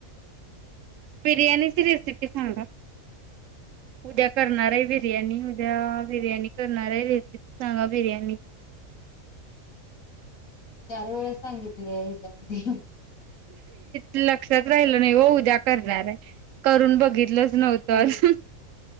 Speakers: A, on the right (about 75°); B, on the left (about 85°).
A: बिर्याणीची
B: विचारायचं
A: रेसिपी सांगा? उद्या करणार हाय बिर्याणी, उद्या बिर्याणी कर णार हाय रेसिपी सांगा बिर्याणीची.
B: चार वेळा सांगितले हेज्या आधी.
A: लक्षात राहिलं नाही हो, उद्या करणार हाय करून बघितलं नव्हतो
B: यु
A: आज.